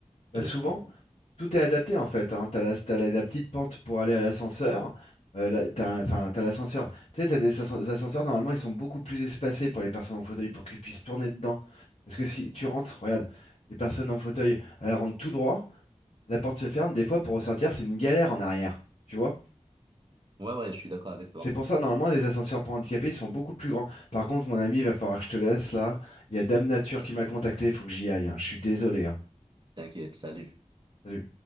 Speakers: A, on the left; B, on the right.
A: Bah,
B: et le
A: souvent,
B: prendre.
A: tout est adapté en fait. Hein. T'as la... t'as la... la petite pente pour aller à l'ascenseur. Euh, la- T'as un- enfin, t'as l'ascenseur. Tu sais, t'as des ascen- ascenseurs, normalement, ils sont beaucoup plus espacés pour les personnes en fauteuil pour qu'ils puissent tourner dedans. Parce que si tu rentres, regarde, les personnes en fauteuil, elles rentrent tout droit, la porte se ferme, des fois pour ressortir, c'est une galère en arrière. Tu vois?
B: Ouais, ouais, je suis d'accord avec toi.
A: C'est pour ça, normalement, les ascenseurs pour handicapés, ils sont beaucoup plus grands. Par contre, mon ami, il va falloir que je te laisse là. Il y a Dame Nature qui m'a contacté, il faut que j'y aille. hein. Je suis désolé. hein.
B: T'inquiète, salut.
A: Salut.